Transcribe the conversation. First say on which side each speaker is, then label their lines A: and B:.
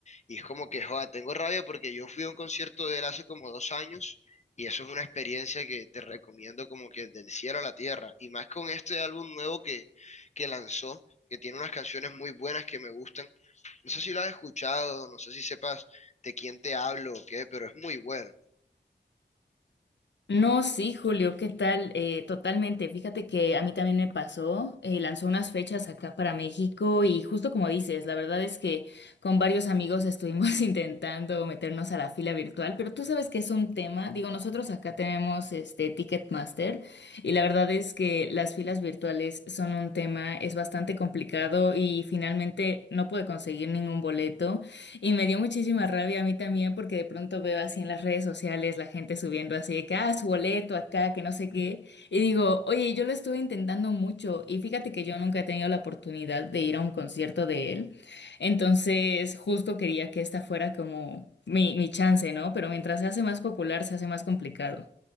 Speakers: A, on the left; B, on the left.
A: Y es como que, joda, tengo rabia porque yo fui a un concierto de él hace como dos años y eso es una experiencia que te recomiendo como que del cielo a la tierra. Y más con este álbum nuevo que, que lanzó, que tiene unas canciones muy buenas que me gustan. No sé si lo has escuchado, no sé si sepas de quién te hablo o qué, pero es muy bueno.
B: No, sí, Julio, ¿qué tal? Eh, totalmente. Fíjate que a mí también me pasó. eh, lanzó unas fechas acá para México y justo como dices, la verdad es que con varios amigos estuvimos <laughs> intentando meternos a la fila virtual, pero tú sabes que es un tema. Digo, nosotros acá tenemos este Ticketmaster y la verdad es que las filas virtuales son un tema, es bastante complicado y finalmente no pude conseguir ningún boleto. Y me dio muchísima rabia a mí también porque de pronto veo así en las redes sociales la gente subiendo así de que, ah, su boleto acá, que no sé qué. Y digo, oye, yo lo estuve intentando mucho y fíjate que yo nunca he tenido la oportunidad de ir a un concierto de él. Entonces, justo quería que esta fuera como mi, mi chance, ¿no? Pero mientras se hace más popular, se hace más complicado.